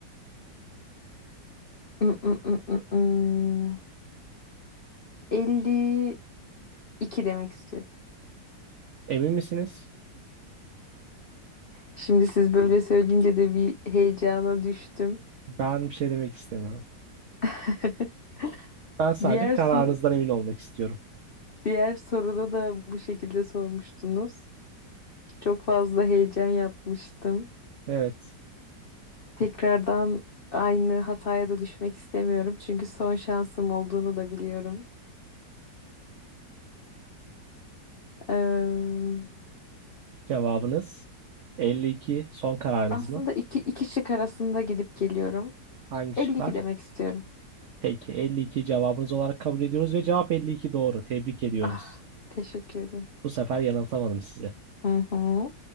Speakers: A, on the left (about 70°); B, on the right (about 80°).
A: Mm, mm, mm, mm, mm. 52 demek istiyorum.
B: Emin misiniz?
A: Şimdi siz böyle söyleyince de bir heyecana düştüm.
B: Ben bir şey demek istemiyorum.
A: <laughs>
B: Ben sadece
A: Diğer
B: kararınızdan
A: soru,
B: emin olmak istiyorum.
A: diğer soruda da bu şekilde sormuştunuz. Çok fazla heyecan yapmıştım.
B: Evet.
A: Tekrardan aynı hataya da düşmek istemiyorum. Çünkü son şansım olduğunu da biliyorum. Eee,
B: Cevabınız 52. Son kararınız
A: aslında
B: mı?
A: iki, iki şık arasında gidip geliyorum.
B: Hangi
A: 52
B: şıklar?
A: demek istiyorum.
B: Peki 52 cevabınız olarak kabul ediyoruz ve cevap 52 doğru. Tebrik ediyoruz.
A: Ah, teşekkür ederim.
B: Bu sefer yanıltamadım sizi.
A: Hı hı.